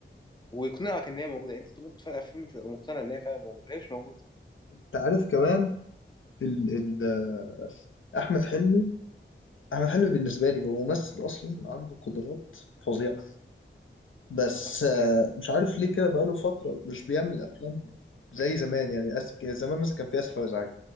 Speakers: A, on the left; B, on the left.
A: ويقنعك ان هي موجوده يعني انت طول ما انت فاكر الفيلم انت تبقى مقتنع ان هي فعلا موجوده وهي مش موجوده
B: انت عارف كمان ال ال آه، احمد حلمي احمد حلمي بالنسبه لي هو ممثل اصلا عنده قدرات فظيعه بس
A: صح
B: آه، مش عارف ليه كده بقاله فترة مش بيعمل أفلام زي زمان يعني أس... كان زمان مثلا كان في آسف على الإزعاج